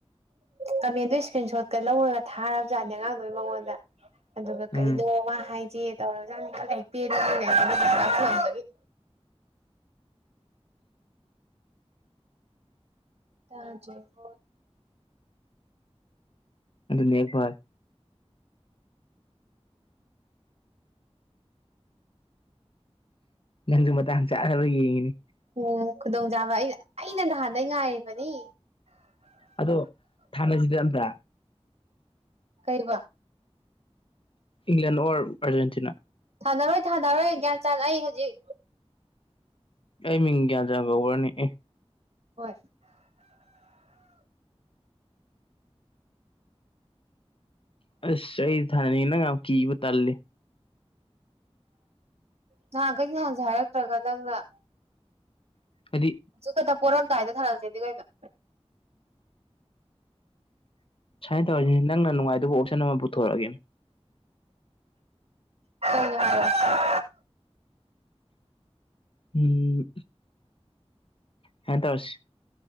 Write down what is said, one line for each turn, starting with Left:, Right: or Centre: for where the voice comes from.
Right: ꯀꯃꯦꯟꯗꯨ ꯏꯁꯀ꯭ꯔꯤꯟ ꯁꯣꯠꯀ ꯂꯧꯔꯒ ꯊꯥꯔꯕꯖꯥꯠꯅꯦ ꯑꯉꯥꯡꯗꯨꯅ ꯃꯉꯣꯟꯗ ꯑꯗꯨꯒ ꯀꯩꯅꯣ
Left: ꯎꯝ
Right: ꯃꯥ ꯍꯥꯏꯁꯦ ꯇꯧꯔꯖꯥꯅꯦ <unintelligible> <unintelligible>
Left: ꯑꯗꯨꯅ‌ꯦ <unintelligible> ꯅꯪꯁꯨ ꯃꯇꯥꯡ ꯆꯥꯅꯅꯕ ꯌꯦꯡꯉꯤꯅꯤ
Right: ꯑꯣ ꯈꯨꯗꯣꯡꯆꯥꯥꯕ ꯑꯩꯅ ꯑꯩꯅ ꯅꯍꯥꯟꯗꯩ ꯉꯥꯏꯔꯤꯕꯅꯤ
Left: ꯑꯗꯣ ꯊꯥꯟꯅꯁꯤꯗ ꯑꯝꯇ
Right: ꯀꯩꯌ‌ꯦꯕ
Left: ꯏꯪꯪꯂꯦꯟ ꯑꯣꯔ ꯑꯔꯖꯦꯟꯇꯤꯅꯥ
Right: ꯊꯥꯅꯔꯣꯏ ꯊꯥꯅꯔꯣꯏ ꯒ꯭ꯌꯥꯟ ꯆꯥꯟ ꯑꯩ ꯍꯧꯖꯤꯛ
Left: ꯑꯩ ꯃꯤꯡ ꯒ꯭ꯌꯥꯟ ꯆꯥꯟ ꯀꯧꯕꯔꯅ‌ꯦ ꯑꯦ
Right: ꯍꯣꯏ
Left: ꯑꯁ ꯑꯩ ꯊꯥꯅꯤꯡ ꯅꯪ ꯌꯥꯝ ꯀꯤꯕ ꯇꯜꯂꯤ
Right: ꯅꯍꯥꯟꯈꯩ ꯅꯍꯥꯟꯁꯦ ꯍꯥꯏꯔꯛꯇ꯭ꯔꯒ ꯅꯪꯅ
Left: ꯑꯗꯤ
Right: ꯑ ꯈꯛꯇ ꯄꯣꯔꯔꯝꯗꯥꯏꯗ ꯊꯥꯅꯥꯁꯤꯗꯤ ꯀꯩꯅꯣ
Left: ꯁꯨꯃꯥꯏꯅ ꯇꯧꯔꯁꯤꯅꯦ ꯅꯪꯅ ꯅꯨꯡꯉꯥꯏꯗꯧꯕ ꯑꯣꯞꯁꯥꯟ ꯑꯃ ꯄꯨꯊꯣꯔꯛꯑꯒꯦ
Right: ꯀꯅꯦ ꯍꯥꯏ <inaudible>
Left: ꯎꯝ ꯁꯧꯃꯥꯢ ꯇꯧꯔꯁꯤ